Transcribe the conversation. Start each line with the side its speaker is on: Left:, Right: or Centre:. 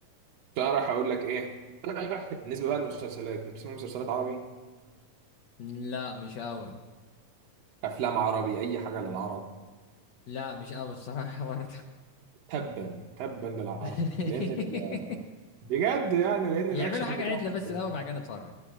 Right: فأروح أقول لك إيه <coughs> <laughs> بالنسبة بقى للمسلسلات أنت بتسمع مسلسلات عربي
Left: لا مش قوي
Right: أفلام عربي أي حاجة للعرب
Left: لا مش قوي الصراحة برضه
Right: تبا تبا للعرب
Left: <laughs>
Right: لأن ال... بجد يعني لأن
Left: يعملوا
Right: الأكشن
Left: حاجة
Right: بتاعهم
Left: عدلة
Right: زبالة.
Left: بس الاول بعد كده نتفرج